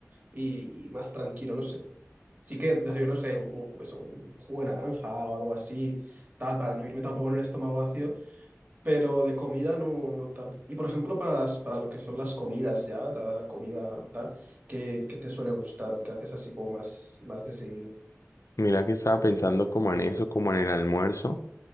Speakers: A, on the right; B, on the left.
A: y, y más tranquilo, no sé. Sí que desayuno, no sé, un, un- eso, un jugo de naranja o algo así, tal, para no irme tampoco con el estómago vacío, pero de comida no, no tal. Y por ejemplo, para, las- para lo que son las comidas ya, la, la comida tal, qué qué te suele gustar o qué haces así como más, más de seguido.
B: Mira que estaba pensando como en eso, como en el almuerzo.